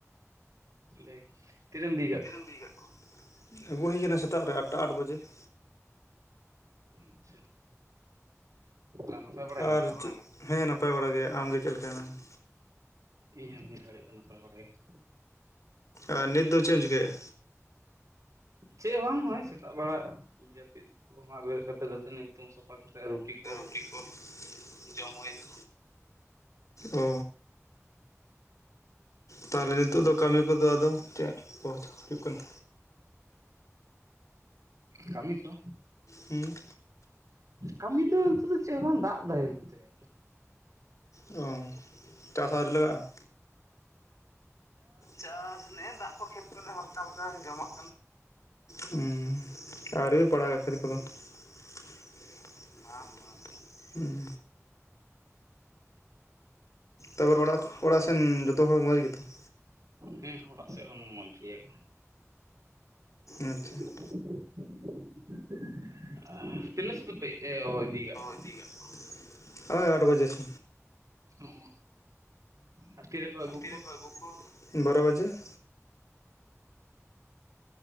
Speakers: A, on the right (about 85°); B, on the left (about 75°).
A: <inaudible> ᱛᱤᱱᱟᱜ ᱮᱢ ᱤᱫᱤ ᱟᱠᱟᱫ ᱠᱚᱣᱟ?
B: ᱤᱫᱤ ᱟᱠᱟᱫ ᱠᱚᱣᱟ ᱾ ᱟᱹᱜᱩ ᱦᱩᱭ ᱟᱠᱟᱱᱟ ᱥᱮᱛᱟᱜ ᱨᱮ ᱟᱴᱴᱟ ᱟᱴ ᱵᱟᱡᱮ ᱾
A: ᱟᱪᱪᱷᱟ ᱟᱨ ᱱᱟᱯᱟᱭ ᱵᱟᱲᱟ ᱜᱮ
B: ᱟᱨ ᱪᱮᱫ ᱦᱮᱸ ᱱᱟᱯᱟᱭ ᱵᱟᱲᱟ ᱜᱮ ᱟᱢᱜᱮ ᱪᱮᱫ ᱞᱮᱠᱟ ᱢᱮᱱᱟᱢᱟ?
A: ᱤᱧ ᱦᱚᱸ ᱱᱤ ᱜᱷᱟᱹᱲᱤᱡ ᱫᱚ ᱱᱟᱯᱟᱭ ᱵᱟᱲᱟ ᱜᱮ ᱾
B: ᱟᱨ ᱱᱤᱛ ᱫᱚ ᱪᱮᱫ ᱮᱢ ᱪᱤᱠᱟᱹᱭᱮᱜᱼᱟ?
A: ᱪᱮᱫ ᱦᱚᱸ ᱵᱟᱝ ᱱᱚᱜᱼᱚᱭ ᱥᱮᱛᱟᱜ ᱵᱮᱲᱟ ᱡᱟᱹᱯᱤᱫ ᱠᱷᱚᱱᱟᱜ ᱵᱮᱨᱮᱫ ᱠᱟᱛᱮᱫ ᱫᱟᱹᱛᱟᱹᱱᱤ ᱦᱩᱛᱩᱢ ᱥᱟᱯᱷᱟ ᱠᱟᱛᱮᱫ ᱨᱩᱴᱤ ᱠᱚ
B: ᱨᱩᱴᱤ ᱠᱚ ᱡᱚᱢ ᱦᱩᱭ ᱮᱱᱟ᱾ ᱚᱻ ᱛᱟᱦᱚᱞᱮ ᱱᱤᱛᱚᱜ ᱫᱚ ᱠᱟᱹᱢᱤ ᱠᱚᱫᱚ ᱟᱫᱚ ᱪᱮᱫ ᱠᱚ ᱦᱩᱭᱩᱜ ᱠᱟᱱᱟ?
A: ᱠᱟᱹᱢᱤ ᱠᱚ,
B: ᱦᱩᱸᱻ
A: ᱠᱟᱹᱢᱤ ᱫᱚ ᱱᱤᱛᱚᱜ ᱫᱚ ᱪᱮᱫ ᱦᱚᱸ ᱵᱟᱝ ᱫᱟᱜ ᱫᱟᱭ ᱱᱚᱛᱮ ᱾
B: ᱚᱻ ᱪᱟᱥ ᱟᱹᱣᱨᱤ ᱞᱟᱜᱟᱜᱼᱟ? ᱪᱟᱥ ᱱᱮᱜᱼᱮ ᱫᱟᱜ ᱠᱚ ᱠᱷᱮᱛ ᱠᱚᱨᱮ ᱦᱟᱞᱠᱟ ᱦᱟᱞᱠᱟ ᱡᱚᱢᱟᱜ ᱦᱮᱸ ᱟᱹᱣᱨᱤ ᱞᱮ ᱯᱟᱲᱟᱜᱟ ᱠᱷᱮᱛ ᱠᱚᱫᱚ ᱾ ᱵᱟᱝ ᱵᱟᱝ ᱦᱩᱸᱻ ᱛᱟᱯᱚᱨ ᱚᱲᱟ--ᱚᱲᱟᱜ ᱥᱮᱱ ᱡᱚᱛᱚ ᱦᱚᱲ ᱢᱚᱸᱡᱽ ᱜᱮᱛᱚ?
A: ᱦᱮᱸ ᱚᱲᱟᱜ ᱥᱮᱱ ᱦᱚᱸ ᱢᱚᱡᱽ ᱜᱮᱭᱟ ᱠᱚ ᱾
B: ᱟᱪᱪᱷᱟ ᱾
A: <unintelligible>
B: ᱤᱫᱤ ᱠᱟᱜ ᱠᱚᱣᱟ ᱳᱭ ᱟᱴ ᱵᱟᱡᱮ ᱾
A: ᱚ᱾ ᱟᱨ ᱛᱤ ᱨᱮᱯᱮ ᱟᱜᱩ
B: ᱛᱤ ᱨᱮᱯᱮ ᱟᱜᱩ ᱠᱚᱣᱟ? ᱵᱟᱨᱚ ᱵᱟᱡᱮ ᱾